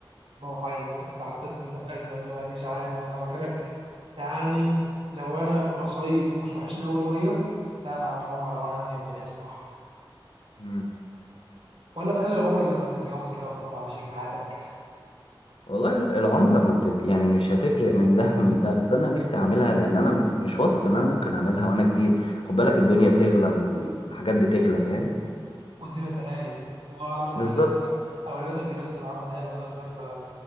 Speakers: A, on the right; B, on the left.
A: الله حير انت حطيت انت في ازمه دلوقتي مش عارف انا مكانك يعني لو انا بصيف ومش وحشني اول ميه لا انا هروح عمره لو انا عندي امكانيه بصراحه
B: مم.
A: ولا تخلي العمره لما تتجوز كده وتبقى مع شريك حياتك
B: والله ال- العمره ما بتف... يعني مش هتفرق من ده <laughs> من ده بس انا نفسي اعملها لان انا مش واثق ان انا ممكن اعملها وانا كبير خد بالك الدنيا بتغلى والحاجات بتغلى فاهم
A: والدنيا تلاهي الله اعلم اولوياتك
B: بالظبط
A: هتبقى- اولوياتك دلوقتي هتبقى عامله ازاي اولوياتك قدام فلو